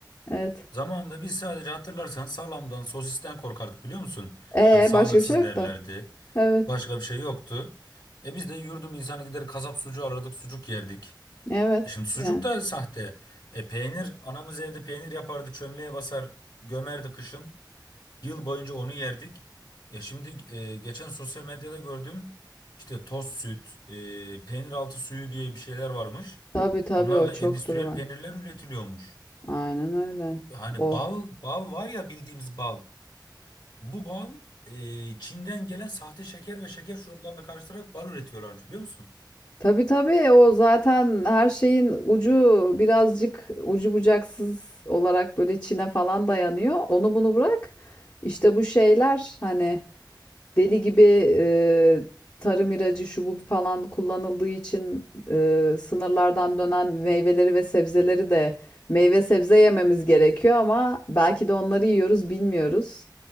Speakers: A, on the left; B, on the left.
A: Evet.
B: zamanda biz sadece hatırlarsan salamdan, sosisten korkardık biliyor musun?
A: Ee
B: Hani sağlıksız
A: başka bir şey yok
B: derlerdi.
A: da. Evet.
B: Başka bir şey yoktu. E biz de yurdum insanı gider kasap sucuğu alırdık, sucuk yerdik.
A: Evet.
B: E şimdi sucuk
A: Yani
B: da sahte. E peynir, anamız evde peynir yapardı, çömleğe basar, gömerdi kışın. Yıl boyunca onu yerdik. E şimdi e, geçen sosyal medyada gördüm. İşte toz süt, e, peynir altı suyu diye bir şeyler varmış.
A: tabii tabii
B: Bunlarla
A: o çoktur
B: endüstriyel
A: var.
B: peynirler üretiliyormuş.
A: Aynen öyle.
B: Yani
A: O.
B: bal, bal var ya bildiğimiz bal. Bu bal e, Çin'den gelen sahte şeker ve şeker şuruplarını karıştırarak bal üretiyorlarmış biliyor musun?
A: Tabii tabii o zaten her şeyin ucu birazcık ucu bucaksız olarak böyle Çin'e falan dayanıyor. Onu bunu bırak. İşte bu şeyler hani deli gibi e, tarım ilacı şu bu falan kullanıldığı için e, sınırlardan dönen meyveleri ve sebzeleri de meyve sebze yememiz gerekiyor ama belki de onları yiyoruz bilmiyoruz.